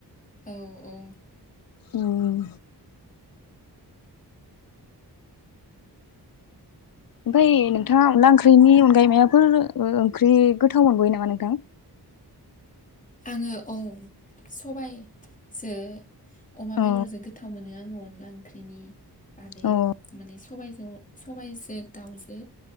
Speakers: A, on the left; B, on the left.
A: औ औ।
B: ओम। ओमफ्राय नोंथाङा अनला ओंख्रिनि अनगायै मायाफोर ओंख्रि गोथाव मोनबोयो नामा नोंथां?
A: आङो औ सबायजो अमा
B: औ
A: बेदरजों गोथाव मोनो। आङ अनला ओंख्रिनि आदै
B: औ
A: माने सबाय ज साबायजो दाउजो।